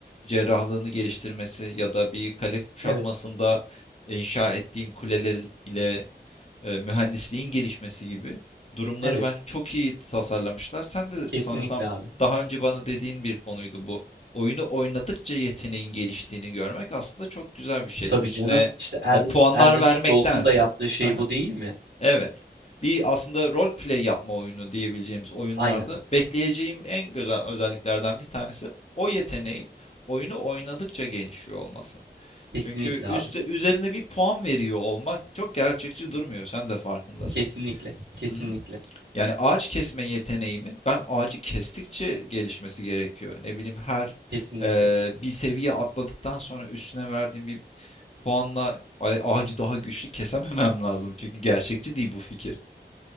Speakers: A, on the left; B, on the right.
A: cerrahlığını geliştirmesi ya da bir kale kuşatmasında
B: evet,
A: inşa ettiğin kuleler ile e, mühendisliğin gelişmesi gibi durumları
B: evet.
A: bence çok iyi tasarlamışlar. Sen de
B: Kesinlikle
A: sanırsam
B: abi.
A: daha önce bana dediğin bir konuydu bu. Oyunu oynadıkça yeteneğin geliştiğini görmek aslında çok güzel bir şey.
B: Tabii
A: Üstüne
B: canım işte Elden,
A: e, puanlar
B: Elden Scrolls'un
A: vermektense.
B: da yaptığı şey
A: Aha,
B: bu değil mi?
A: evet. Bir aslında rol play yapma oyunu diyebileceğimiz oyunlarda
B: Aynen.
A: bekleyeceğim en güzel özelliklerden bir tanesi o yeteneğin oyunu oynadıkça gelişiyor olması.
B: Kesinlikle
A: Çünkü
B: abi.
A: üstte üzerine bir puan veriyor olmak çok gerçekçi durmuyor. Sen de farkındasın.
B: Kesinlikle, kesinlikle,
A: Hı hı. Yani ağaç kesme yeteneğimin ben ağacı kestikçe gelişmesi gerekiyor. Ne bileyim her
B: kesinlikle,
A: eee, bir seviye atladıktan sonra üstüne verdiğim bir puanla a- ağacı daha güçlü kesememem <laughs> lazım. Çünkü gerçekçi değil bu fikir.